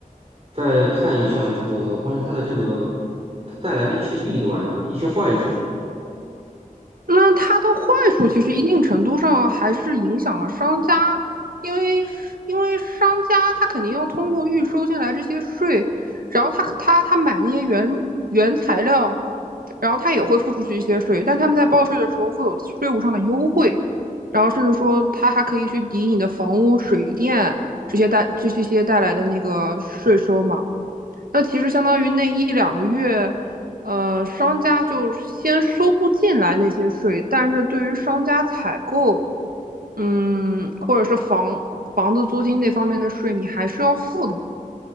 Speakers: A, on the right; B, on the right.
A: 再看一下这个关于它的这个它带来的一些弊端、一些坏处。
B: 那它的坏处其实一定程度上还是影响了商家，因为因为商家他肯定要通过预收进来这些税，然后他他他买那些原原材料，然后他也会付出去一些税，但他们在报税的时候会有税务上的优惠，然后甚至说他还可以去抵你的房屋、水电这些带这些些带来的那个税收嘛。那其实相当于那一两个月，呃，商家就先收不进来那些税，但是对于商家采购，嗯，或者是房房子租金那方面的税，你还是要付的嘛。